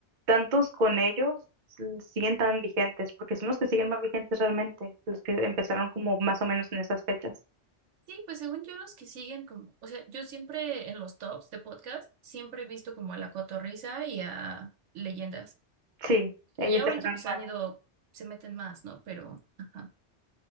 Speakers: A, on the right; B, on the right.
A: tantos con ellos, l- siguen tan vigentes, porque son los que siguen más vigentes realmente, los que empezaron como más o menos en esas fechas.
B: Sí, pues según yo los que siguen como, o sea, yo siempre en los tops de podcast siempre he visto como a La Cotorrisa y a Leyendas.
A: Sí, ellos
B: Y ahorita
A: empezaron
B: pues
A: muy
B: han
A: año
B: ido, se meten más, ¿no? Pero, ajá.